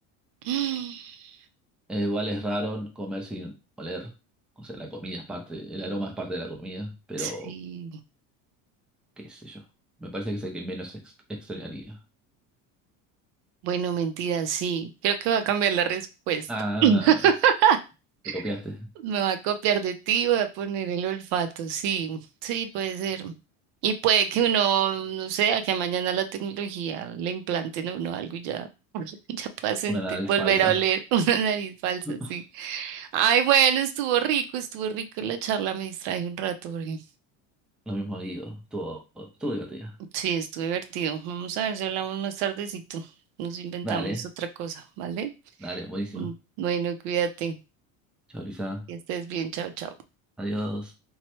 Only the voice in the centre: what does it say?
Eh, igual es raro comer sin oler. O sea, la comida es parte, el aroma es parte de la comida, pero
qué sé yo. Me parece que es el que menos ex- extrañaría.
Ah,
te copiaste.
Una nariz
falsa.
<laughs>
Lo mismo digo. Estuvo, estuvo divertida.
Dale,
dale, buenísimo.
Chao, Luisa.
Adiós.